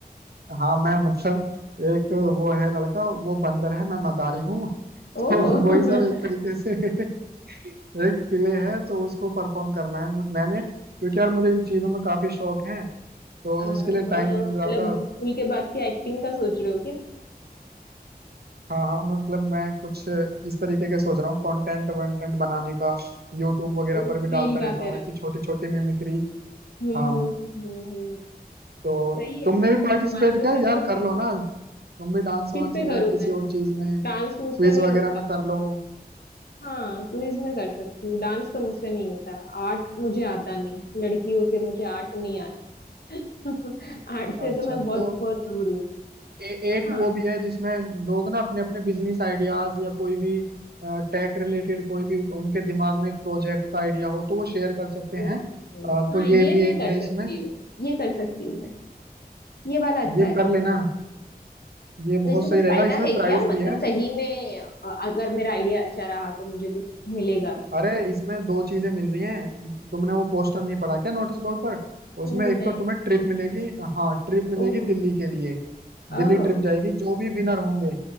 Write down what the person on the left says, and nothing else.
ओहो
<laughs>
आहो,
मतलब
स्कूल के बाद की एक्टिंग का सोच रहे हो क्या
ओ
रील वगैरह
हम्म
हम्म हम्म हम्म।
सही है
तुम्हारा
तो
सेट
हो गया
किस
पे
करूँ
मैं
डांस
मुझसे नहीं
होता
हाँ क्विज में कर सकती हूँ डांस तो मुझसे नहीं होता आर्ट मुझे आता नहीं लड़की हो के मुझे आर्ट नहीं आता <laughs> आर्ट से
तो मैं बहुत
बहुत दूर हूँ
हाँ
ओके
हाँ
ये
मैं
कर
सकती
हूँ ये कर सकती हूँ मैं ये वाला अच्छा
है
तो
इससे कुछ
फायदा
है
क्या
मतलब
सही में अ, अगर मेरा आइडिया अच्छा रहा तो मुझे कुछ मिलेगा
नहीं
ओहो
ओहो